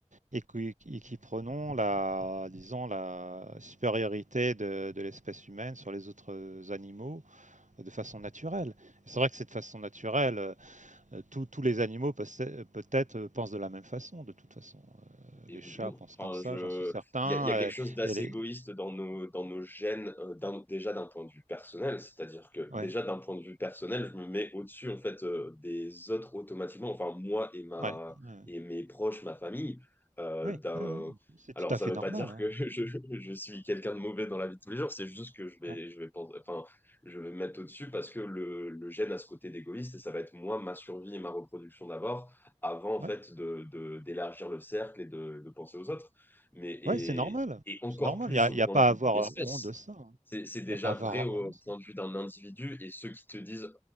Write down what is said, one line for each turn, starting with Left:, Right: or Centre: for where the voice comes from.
Right: et qui, qui- qui prenons la, disons, la supériorité de, de l'espèce humaine sur les autres animaux de façon naturelle. C'est vrai que c'est de façon naturelle, euh, tous tous les animaux possè- peut-être euh, pensent de la même façon, de toute façon. Euh,
Left: Évidemment.
Right: Les chats pensent
Left: Enfin,
Right: comme ça,
Left: je,
Right: j'en suis certain.
Left: il y a, il y a
Right: euh,
Left: quelque chose d'assez
Right: Et, les...
Left: égoïste dans nos, dans nos gènes, euh, d'un- déjà d'un point de vue personnel. C'est-à-dire que
Right: Ouais,
Left: déjà d'un point de vue personnel, je me mets au-dessus en fait euh, des autres automatiquement. Enfin, moi et ma
Right: ouais, ouais,
Left: et mes proches, ma famille. euh,
Right: ouais,
Left: d'un,
Right: ouais, ouais. C'est tout
Left: alors,
Right: à
Left: ça
Right: fait
Left: ne
Right: normal.
Left: veut pas dire
Right: hein.
Left: que <laughs> je, je suis quelqu'un de mauvais dans la vie de tous les jours. C'est juste que je vais,
Right: Ouais,
Left: je vais penser, enfin, je vais me mettre au-dessus parce que le, le gène a ce côté d'égoïste et ça va être moi, ma survie et ma reproduction d'abord avant en
Right: ouais,
Left: fait de, de- d'élargir le cercle et de, de penser aux autres. Mais et,
Right: ouais, c'est normal.
Left: et encore
Right: C'est normal.
Left: plus
Right: Il n'y a,
Left: au
Right: il y
Left: point
Right: a pas
Left: de vue
Right: à avoir
Left: d'une espèce.
Right: honte de ça. hein.
Left: C'est, c'est déjà
Right: Il n'y a pas à avoir
Left: vrai au
Right: honte de ça.
Left: point de vue d'un individu et ceux qui te disent,